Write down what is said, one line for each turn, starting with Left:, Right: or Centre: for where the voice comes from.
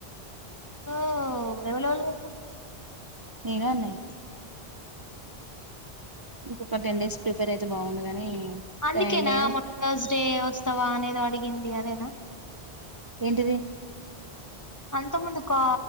Left: ఓ ఎవ్వలోళ్ళు
Right: నేను అన్నాయ్య ఇంకొక టెన్ డేస్ ప్రిపేర్ అయితే బాగుండు గాని
Left: అందుకేనా
Right: టైం లేదు
Left: మొ టర్స్ డే ఉత్సవా అనేది అడిగింది అదేనా
Right: ఏంటిది
Left: అంతక ముందు కా